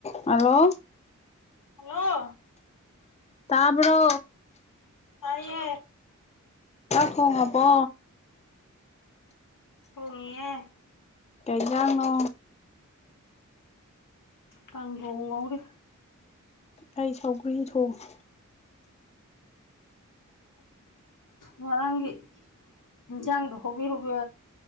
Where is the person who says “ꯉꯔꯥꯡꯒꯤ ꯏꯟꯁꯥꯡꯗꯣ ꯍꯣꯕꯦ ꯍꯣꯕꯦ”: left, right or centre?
Left